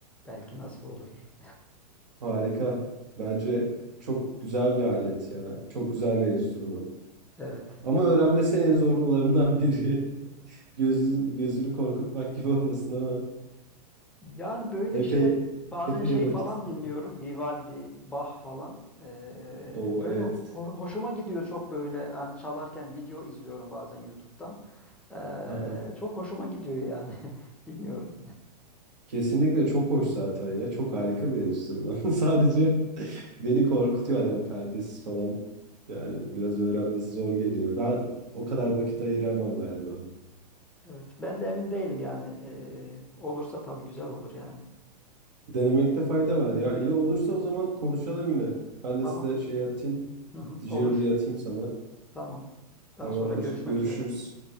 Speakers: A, in the centre; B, on the right.
A: Belki nasip olur.
B: Harika. Bence çok güzel bir alet ya. Çok güzel bir enstrüman.
A: <laughs> Evet.
B: Ama öğrenmesi en zorlarından biri. <laughs> Gözü, gözünü korkutmak gibi olmasın ama
A: Yani böyle
B: epey
A: işte bazen
B: epey
A: şey
B: vakit.
A: falan
B: istiyor.
A: dinliyorum. Vivaldi, Bach falan. Ee,
B: Oo
A: böyle
B: evet.
A: ho- hoşuma gidiyor çok böyle hani çalarken video izliyorum bazen YouTube'dan. Ee,
B: <laughs>
A: çok hoşuma gidiyor yani. <laughs> Bilmiyorum.
B: Kesinlikle çok hoş zaten ya. Çok harika bir enstrüman. <laughs> Sadece beni korkutuyor hani o perdesiz falan. Yani biraz öğrenmesi zor geliyor. Ben o kadar vakit ayıramam galiba.
A: Evet. Ben de emin değilim yani. Ee, olursa tabii güzel olur yani.
B: Denemekte fayda var ya. İyi olursa o zaman konuşalım yine. Ben
A: Tamam.
B: de size şey atayım.
A: Hı hı,
B: Didgeridoo'yu
A: olur.
B: atayım sana.
A: Tamam. Daha
B: Tamamdır.
A: sonra görüşmek
B: Görüşürüz.
A: üzere.